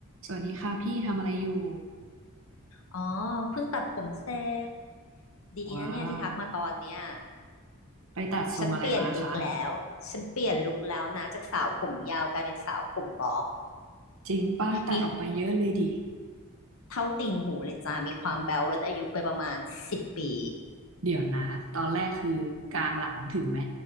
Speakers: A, on the right (about 65°); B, on the left (about 70°).
A: สวัสดีค่ะพี่ทำอะไรอยู่
B: อ๋อ เพิ่งตัดผมเสร็จดีนะเนี่ยที่ทักมาตอนเนี้ย
A: ว้าวไปตัดทรงอะไรมาคะ
B: ฉันเปลี่ยนลุคแล้ว ฉันเปลี่ยนลุคแล้วนะจากสาวผมยาวกลายเป็นสาวผมบ๊อบ
A: จริงป้าตัดออกไปเยอะเลยดิ
B: มีเท่าติ่งหูเลยจ้า มีความแบ๊วลดอายุไปประมาณสิบปี
A: เดี๋ยวนะตอนแรกคือกลางหลังถึงไหม